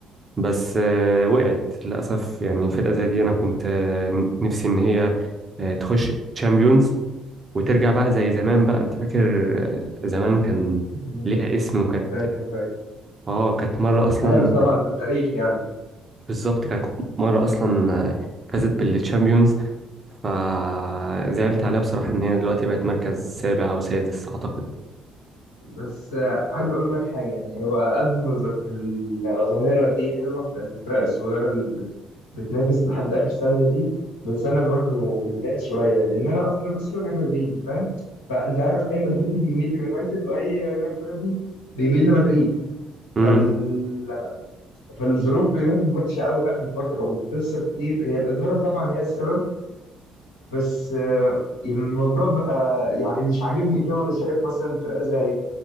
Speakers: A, on the right; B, on the left.
A: بس آه، وقعت للأسف يعني فرقة زي دي أنا كنت آه، نفسي إن هي آه، تخش تشامبيونز وترجع بقى زي زمان بقى أنت فاكر آه، زمان كان
B: <laughs>
A: ليها اسم وكانت
B: فاكر فاكر
A: اه كانت مرة أصلا
B: عارف طبعا ده التاريخ يعني
A: بالظبط كانت مرة أصلا آه، فازت بالتشامبيونز فزعلت عليها بصراحة إن هي دلوقتي بقت مركز سابع أو سادس أعتقد
B: بس آه، عايز اقول لك حاجه يعني هو على قد ما الظ- الظاهره دي حلوه بتاعت الفرق الصغيره اللي بت... بتنافس لحد اخر ثانيه دي بس انا برضو متضايق شويه لان انا اصلا اصلا انا مدريدي فاهم فانت عارف اي مدريدي بيميل ليونايتد واي يونايتدي بيميل لمدريد
A: امم
B: فال... فالظروف في يونايتد وحشه قوي اخر فتره وبتخسر كتير هي الاداره طبعا هي السبب بس آه، الموضوع بقى يعني مش عاجبني كده وانا شايف مثلا فرقه زي